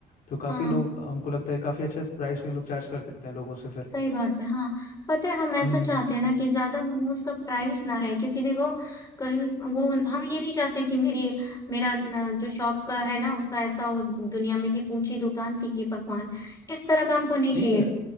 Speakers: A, on the left (about 55°); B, on the left (about 20°).
A: तो काफ़ी
B: हाँ
A: लोग हमको लगता है काफ़ी अच्छे प्राइस पे हम लोग चार्ज कर सकते हैं लोगों से फिर
B: सही बात है हाँ पता है हम ऐसा
A: हम्म हम्म,
B: चाहते
A: हम्म।
B: हैं ना कि ज्यादा मोमोज का प्राइस ना रहे क्योंकि देखो कहीं वो हम ये नहीं चाहते कि मेरी मेरा न, जो शॉप का है ना उसका ऐसा हो दुनिया में कि ऊंची दुकान फीकी पकवान इस तरह का हमको नहीं
A: नहीं
B: चाहिए
A: नहीं